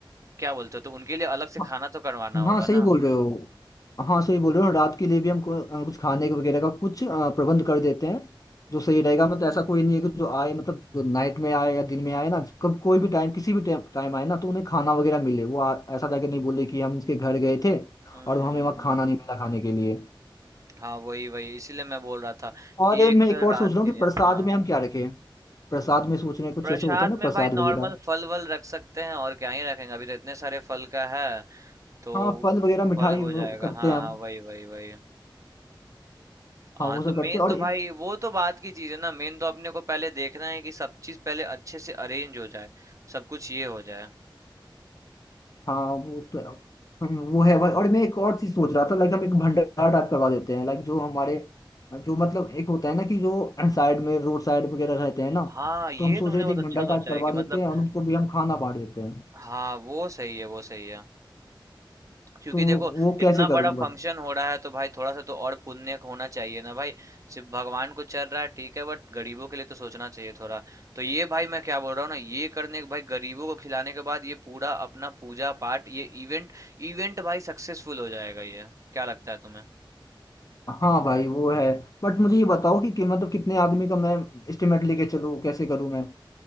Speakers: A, on the right; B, on the left.
A: क्या बोलते हो? तो उनके लिए अलग से
B: हाँ
A: खाना तो करवाना
B: हाँ
A: होगा
B: सही
A: ना।
B: बोल रहे हो हाँ सही बोल रहे हो रात के लिए भी हम को, अ, कुछ खाने के वगैरह का कुछ अ, प्रबंध कर देते हैं जो सही रहेगा मतलब ऐसा कोई नहीं है कि जो आए मतलब जो नाइट में आए या दिन में आए ना कब कोई भी टाइम किसी भी टाइम आए ना तो उन्हें खाना वगैरह मिले वो आ, ऐसा जाके नहीं बोले कि हम उसके घर गए थे
A: हम्म
B: और हमें
A: हम्म
B: वहाँ
A: हम्म।
B: खाना नहीं मिला खाने के लिए
A: हाँ वही वही इसीलिए मैं बोल रहा था
B: और
A: कि
B: अ,
A: एक
B: मैं एक और
A: रात
B: सोच रहा हूँ
A: के लिए
B: कि प्रसाद
A: हाँ
B: में हम क्या रखें प्रसाद में सोच रहे हैं कुछ
A: प्रसाद
B: ऐसे होता है ना
A: में
B: प्रसाद
A: भाई नॉर्मल
B: वगैरह
A: फल वल रख सकते हैं और क्या ही रखेंगे अभी तो इतने सारे फल का है तो
B: हाँ फल वगैरह मिठाई
A: फल हो
B: वो
A: जाएगा
B: करते
A: हाँ
B: हैं हम
A: हाँ वही वही वही हाँ
B: हाँ वो सब
A: तो
B: करते
A: मेन
B: हैं
A: तो
B: और
A: भाई वो तो बात की चीज है ना मेन तो अपने को पहले देखना है कि सब चीज पहले अच्छे से अरेंज हो जाए सब कुछ ये हो जाए
B: हाँ वो तो है हम्म, वो है भाई और मैं एक और चीज सोच रहा था लाइक हम एक भंडारा टाइप करवा देते हैं लाइक जो हमारे जो मतलब एक होता है ना कि जो साइड में रोड साइड वगैरह रहते हैं ना
A: हाँ ये
B: तो हम सोच
A: तुमने
B: रहे
A: बहुत
B: थे एक
A: अच्छा
B: भंडारा
A: सोचा
B: टाइप करवा
A: है कि मतलब
B: देते हैं और उनको भी हम खाना बांट देते हैं
A: हाँ वो सही है वो सही है क्योंकि
B: तो
A: देखो
B: वो
A: इतना
B: कैसे
A: बड़ा
B: करूँगा
A: फंक्शन हो रहा है तो भाई थोड़ा सा तो और पुण्य होना चाहिए ना भाई सिर्फ भगवान को चल रहा है ठीक है बट गरीबों के लिए तो सोचना चाहिए थोड़ा तो ये भाई मैं क्या बोल रहा हूँ ना ये करने के भाई गरीबों को खिलाने के बाद ये पूरा अपना पूजा पाठ ये इवेंट इवेंट भाई सक्सेसफुल हो जाएगा ये क्या लगता है तुम्हें
B: हाँ भाई वो है बट मुझे ये बताओ कि, कि मतलब कितने आदमी का मैं एस्टिमेट लेके चलूँ कैसे करूँ मैं